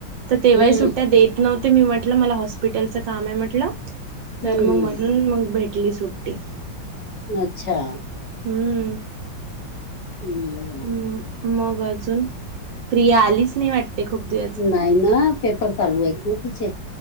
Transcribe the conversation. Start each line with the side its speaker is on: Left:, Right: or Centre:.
Right: तर तेव्हाही
Left: हम्म
Right: सुट्ट्या देत नव्हते मी म्हटलं मला हॉस्पिटलच काम आहे म्हटलं.
Left: हम्म
Right: तर मग
Left: हम्म
Right: म्हणून मग भेटली सुट्टी.
Left: अच्छा.
Right: हम्म.
Left: हम्.
Right: मग अजून, प्रिया आलीच नाही वाट <unintelligible> खूप दि
Left: नाही ना पेपर चालू आहेत ना तिचे